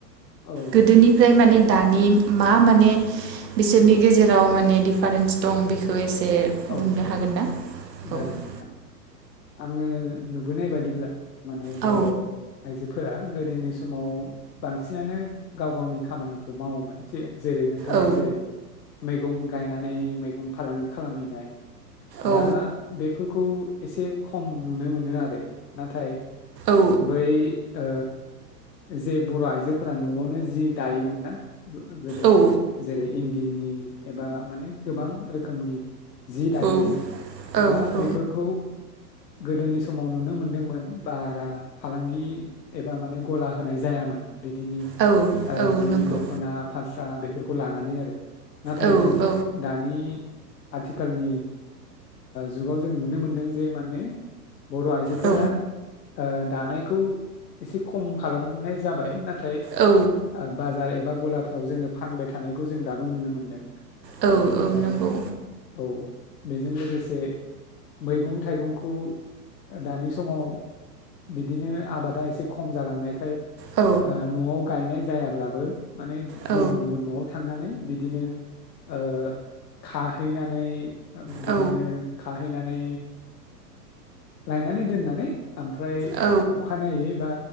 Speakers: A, on the left; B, on the right.
A: औ
B: गोदोनिफ्राय माने दानि मा माने बिसोरनि गेजेराव माने दिडिफारेन्स दं बेखौ एसे
A: औ
B: बुंनो
A: औ
B: हागोन ना औ
A: जागोन नोंथां आङो नुबोनाय बादिब्ला। माने
B: औ
A: बर' आइजो। फोरा गोदोनि समाव बांसिनानो गाव गावनि खामानिखौ मावोमोन जे। जेरै नोंथाङा
B: औ
A: जेरै मैगं गायनानै मैगं फालांगि खालाम खालामहैनाय दा
B: औ
A: बे। फोरफोरखौ एसे खम नुनो मोनो आरो नाथाय
B: औ
A: बै ओ जे बर' आइजोफोरा न'आवनो जि दायोमोन ना। गोदो
B: औ
A: जेरै इन्दिनि एबा माने गोबां रोखोमनि जि दायोमोन
B: औ औ
A: दा
B: औ
A: बेफोरखौ गोदोनि समाव नुनो मोनदोंमोन बारा फालांगि एबा माने गला होनाय जायामोन। बिदिनि
B: औ औ
A: जि
B: नंगौ
A: दख'ना फाषसा बे। बेफोरखौ लानानै आरो। नाथाय
B: औ
A: जों
B: औ
A: दानि। आथिखालनि जुगाव जों नुनो मोनदों जे माने बर' आइजोफोरा
B: औ
A: ओ दानायखौ एसे खम खालामनाय जाबाय ना थाय
B: औ
A: ओ बाजार एबा गलाफो राव जोङो फानबाय थानायखौ जों दाबो नुनो मोनदों।
B: औ
A: आमफ्राय
B: औ नंगौ
A: औ बेजों लोगोसे मैगं थाइगंखौ दानि समाव बिदिनो आबादा एसे खम जालांनायखाय
B: औ
A: ओ नवाव गायनाय जायाब्लाबो माने
B: औ
A: गुबुन गुबुन नवाव थांनानै बिदिनो ओ खाहैनानै
B: औ
A: बिदिनो खा हैनानै लायनानै दोननानै आमफ्राय
B: औ
A: अखानायनायै बा